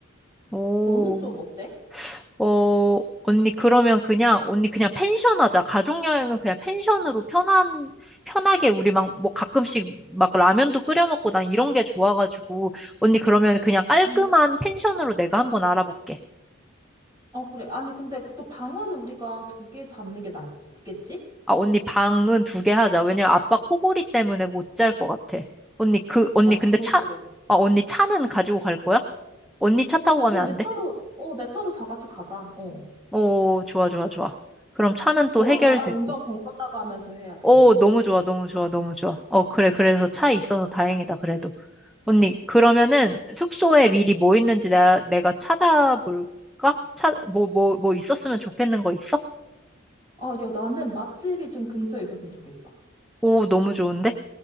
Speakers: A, in the centre; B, on the right (about 20°).
A: 오,
B: 너는 좀 어때?
A: 어, 언니, 그러면 그냥, 언니 그냥 펜션 하자. 가족여행은 그냥 펜션으로 편한, 편하게 우리 막, 뭐 가끔씩 막 라면도 끓여 먹고 난 이런 게 좋아가지고, 언니 그러면 그냥 깔끔한
B: 음.
A: 펜션으로 내가 한번 알아볼게.
B: 어, 그래. 아니, 근데 또 방은 우리가 두 개 잡는 게 낫겠지?
A: 아, 언니 방은 두 개 하자. 왜냐면 아빠 코골이 때문에 못 잘 것 같아. 언니 그, 언니
B: 야,
A: 근데
B: 그건
A: 차,
B: 그래.
A: 아, 언니 차는 가지고 갈 거야? 언니 차 타고 가면
B: 어, 내
A: 안
B: 차로,
A: 돼?
B: 어, 내 차로 다 같이 가자. 어.
A: 오, 좋아, 좋아, 좋아. 그럼 차는 또
B: 너랑
A: 해결됐고.
B: 나랑 운전 번갈아 가면서 해야지.
A: 오, 너무 좋아, 너무 좋아, 너무 좋아. 어, 그래, 그래서 차 있어서 다행이다, 그래도. 언니, 그러면은 숙소에 미리 뭐 있는지 내가, 내가 찾아볼까? 차, 뭐, 뭐, 뭐 있었으면 좋겠는 거 있어?
B: 아, 야, 나는 맛집이 좀 근처에 있었으면 좋겠어.
A: 오, 너무 좋은데?